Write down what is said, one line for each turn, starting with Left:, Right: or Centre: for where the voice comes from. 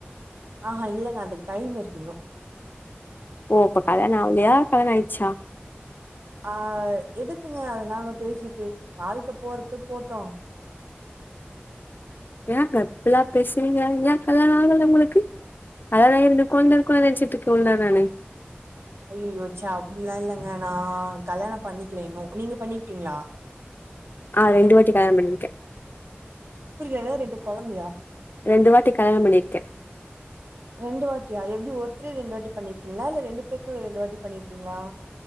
Right: ஆஹா இல்லங்க அதுக்கு டைம் இருக்கு இன்னும்
Left: ஓ அப்ப கல்யாணம் ஆவுலையா கல்யாணம் ஆயிச்சா
Right: ஆஹ் எதுக்குங்க அதெலாம் நம்ப பேசிட்டு வாழ்க்கை போறது போட்டோம்
Left: ஏன்கா இப்பலாம் பேசறீங்க ஏன் கல்யாணம் ஆகல உங்களுக்கு கல்யாணம ஆயி ரெண்டு கொழந்த இருக்குனு நினைச்சிட்டு இருக்கே இவ்ளோ நாளா நானு
Right: ஐய்யயோ செ அப்டிலாம் இல்லங்க நான் கல்யாணம் பண்ணிக்கல இன்னும் நீங்க பண்ணிக்கிட்டீங்களா
Left: அஹ ரெண்டு வாட்டி கல்யாணம் பண்ணியிருக்கேன்
Right: புரியல ரெண்டு கொழந்தையா
Left: ரெண்டு வாட்டி கல்யாணம் பண்ணிருக்கேன்
Right: ரெண்டு வாட்டியா எப்டி ஒருத்ரே ரெண்டு வாட்டி பண்ணிருக்கீங்களா இல்ல ரெண்டு பேருக்கு ரெண்டு வாட்டி பண்ணியிருக்கீங்களா